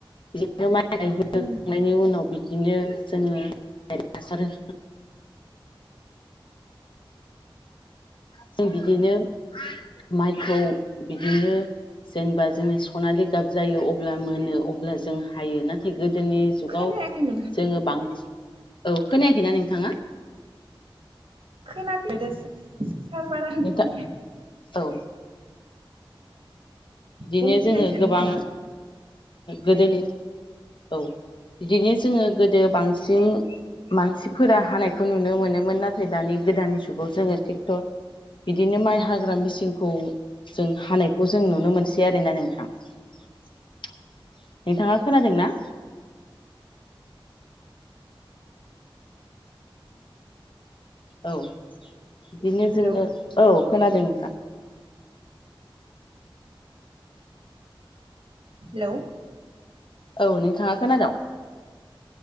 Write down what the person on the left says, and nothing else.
बिदिनो माइ होखांनायनि
उनाव बिदिनो जोङो हासार जों बिदिनो माइखौ बिदिनो जेनेबा जोङो सनालि गाब जायो अब्ला मोनो अब्ला जों हायो नाथाय गोदोनि। जुगाव
जोङो बांसिन औ खोनायाखैना नोंथाङा?
नोंथां
औ। बिदिनो
जोङो गोबां
गोदोनि औ। बिदिनो जोङो गोदो बांसिन मानसिफोरा हानायखौ नुनो मोनोमोन नाथाय दानि गोदान जुगाव जोङो ट्रेक्टर बिदिनो माइ हाग्रा मेचिनखौ जों हानायखौ जों नुनो मोनसै। आरो ना नोंथां नोंथाङा खोनादों ना। औ बिदिनो
जोंनो औ खोनादों नोंथां।
औ नोंथाङा खोनादोंं